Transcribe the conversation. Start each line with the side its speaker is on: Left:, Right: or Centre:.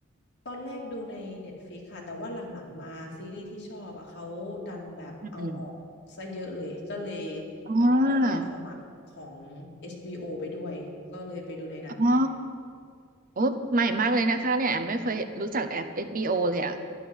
Left: ตอนแรกดูใน Netflix ค่ะแต่ว่าหลังๆมาซีรีส์ที่ชอบอะเขาดันแบบเอาออกซะเยอะเลยก็เลย
Right: อืมอ๋อ
Left: ตอนนี้ก็สมัครของเอชบีโอไปด้วยก็เลยไปดูในนั้นแท
Right: อ๋อโอ้ใหม่มากเลยนะคะเนี่ยแอมไม่เคยรู้จักแอปเอชบีโ o เลยอะ